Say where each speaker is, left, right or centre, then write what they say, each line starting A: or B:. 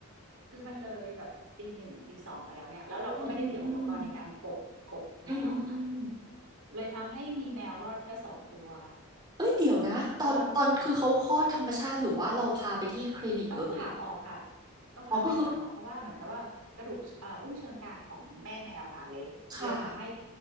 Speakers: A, on the right; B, on the right.
A: คือมันเลยแบบตีหนึ่งตีสองไปแล้วเนี่ยแล้วเราก็ไม่ได้เตรียมอุปกรณ์ในการกบกบแมวอะค่ะ
B: อืมอืมอืมอืมอืมอืม
A: เลยทำให้มีแมวรอดแค่สองตัว
B: เอ้ยเดี๋ยวนะตอนตอนคือเขาคลอดธรรมชาติหรือว่าเราพาไปที่คลินิกเอ่ย
A: เพราะว่า ต้องผ่าออกค่ะต้องพาไปหาหมอเพราะว่าเหมือนกับว่ากระดูกเอ่ออุ้งเชิงกรานของแม่แมวค่ะเละเลยทำให้
B: อ๋อก็คือค่ะ